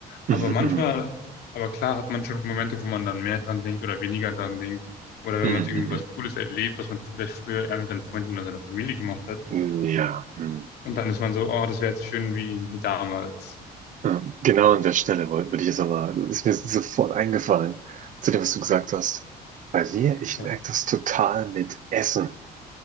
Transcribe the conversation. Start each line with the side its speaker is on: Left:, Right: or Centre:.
Right: Mhm.
Left: Aber manchmal, aber klar hat man schon Momente, wo man dann mehr dran denkt oder weniger dran denkt. Oder wenn
Right: Mhm.
Left: man irgendwie
Right: Mhm.
Left: was Cooles erlebt, was man vielleicht früher eher mit seinen Freunden oder seiner Familie gemacht hat.
Right: Mhm. Ja. Mhm.
Left: Und dann ist man so, oh, das wäre jetzt schön wie, wie damals.
Right: Ja, Genau an der Stelle woll- würde ich jetzt nochmal, ist mir sofort eingefallen, zu dem, was du gesagt hast. Bei mir, ich
Left: Ja,
Right: merke das total mit Essen.